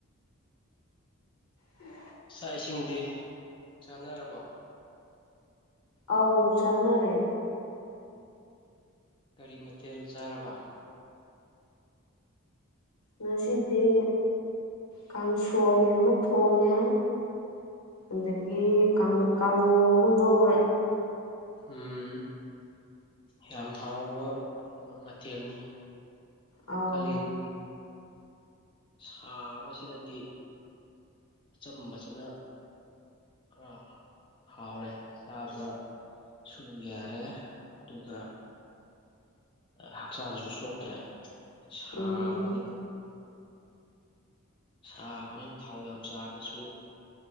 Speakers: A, on the left (about 85°); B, on the left (about 20°).
A: ꯍ
B: ꯆꯥꯛ ꯏꯁꯤꯡꯗꯤ ꯆꯥꯅꯔꯕꯣ
A: ꯑ ꯆꯥꯟꯅꯔꯦ
B: ꯀꯔꯤ ꯃꯊꯦꯜ ꯆꯥꯔꯕ
A: ꯉꯁꯤꯗꯤ ꯀꯥꯡꯁꯣꯏ ꯑꯃ ꯊꯣꯡꯉꯦ ꯑꯗꯒꯤ ꯀꯥꯡꯉꯧ ꯑꯃ ꯉꯧꯔꯦ
B: ꯎꯝ ꯌꯥꯝ ꯍꯥꯎꯕ ꯃꯊꯦꯜꯅꯤ
A: ꯑꯥꯎ
B: ꯀꯂꯡꯒꯤ ꯁꯥꯕꯁꯤꯗꯗꯤ ꯑꯆꯝꯕꯁꯤꯅ ꯈꯔ ꯍꯥꯎꯔꯦ ꯆꯥꯕ ꯁꯨ ꯌꯥꯔꯦ ꯑꯗꯨꯒ ꯍꯛꯆꯥꯡꯁꯨ ꯁꯣꯛꯇ꯭ꯔꯦ ꯁꯥꯕꯅꯤꯅ
A: ꯎꯝ
B: ꯁꯥꯕꯅꯤꯅ ꯊꯥꯎ ꯌꯥꯝ ꯆꯥꯕꯁꯨ